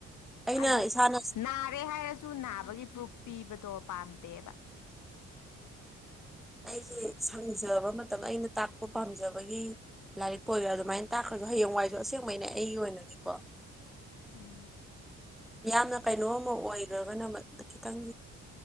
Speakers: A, in the centre; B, on the left (about 75°).
A: ꯑꯩꯅ
B: ꯍꯥꯏꯗꯤ
A: ꯏꯁꯥꯅ
B: ꯅꯥꯔꯦ ꯍꯥꯏꯔꯁꯨ ꯁꯨ ꯅꯥꯕꯒꯤ ꯄ꯭ꯔꯨꯨꯞ ꯄꯤꯕꯗꯣ ꯄꯥꯝꯗꯦꯕ
A: ꯑꯩꯁꯦ ꯁꯪꯖꯕ ꯃꯇꯝꯗ ꯑꯩꯅ ꯇꯥꯛꯄ ꯄꯥꯝꯖꯕꯒꯤ ꯂꯥꯏꯔꯤꯛ ꯀ ꯑꯣꯏꯔꯣ ꯑꯗꯨꯃꯥꯏꯅ ꯇꯥꯛꯈ꯭ꯔꯁꯨ ꯍꯌꯦꯡꯋꯥꯏꯁꯨ ꯑꯁꯦꯡꯕꯩꯅꯦ ꯑꯩꯒꯤ ꯑꯣꯏꯅꯗꯤꯀꯣ
B: ꯎꯝ
A: ꯌꯥꯝꯅ ꯀꯩꯅꯣꯝ ꯑꯃ ꯑꯣꯏꯈ꯭ꯔꯒꯅ ꯈꯤꯇꯪ